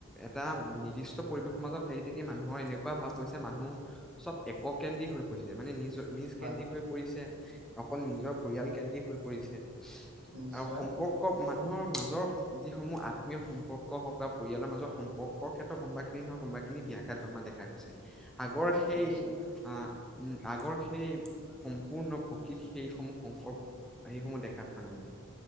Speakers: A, in the centre; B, on the right.
A: এটা নিৰ্দিষ্ট পৰিৱেশৰ মাজত থাকি থাকি মানুহৰ এনেকুৱা ভাৱ হৈছে মানুহ চব এককেন্দ্ৰ হৈ পৰিছে মানে নিজ নিজকেন্দ্ৰ
B: হয়
A: হৈ পৰিছে। অকল নিজৰ
B: হয়
A: পৰিয়াল কেদি হৈ পৰিছে।
B: নিশ্চয়
A: আৰু সম্পৰ্ক মানুহৰ মাজৰ যিসমূহ আত আত্মমীয় সম্পৰ্ক হওক বা পৰিয়ালৰ মাজত সম্পৰ্কৰ ক্ষেত্ৰত কোনোবাখিনিহ কোনোখিনি ব্যঘাত জমা গৈছে আগৰ
B: নিশ্চয়
A: সেই
B: নিশ্চয়
A: আহ উম আগৰ সেই সম্পূৰ্ণ প্ৰকৃত সেই সমূহ সংকৰ সেই সমূহ দেখা পোৱা নাযায়।